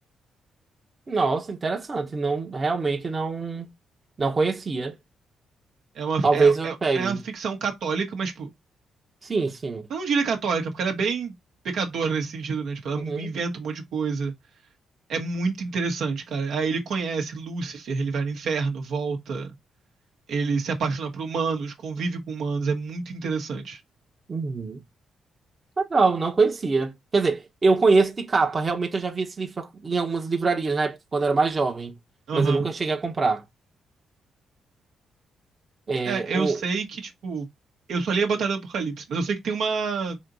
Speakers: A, on the right (about 35°); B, on the right (about 70°).
A: Nossa, interessante. Não, realmente não, não conhecia.
B: É uma,
A: Talvez
B: é,
A: eu
B: é,
A: pegue.
B: é uma ficção católica, mas, tipo,
A: Sim, sim.
B: eu não diria católica, porque ela é bem pecadora nesse sentido, né? Tipo, ela
A: Uhum,
B: inventa um monte de coisa. É muito interessante, cara. Aí ele conhece Lúcifer, ele vai no inferno, volta, ele se apaixona por humanos, convive com humanos, é muito interessante.
A: uhum. Legal, não conhecia. Quer dizer, eu conheço de capa. Realmente eu já vi esse livro em algumas livrarias na época, quando era mais jovem.
B: Aham.
A: Mas eu nunca cheguei a comprar. É,
B: É, eu
A: o,
B: sei que, tipo, eu só li a Batalha do Apocalipse, mas eu sei que tem uma,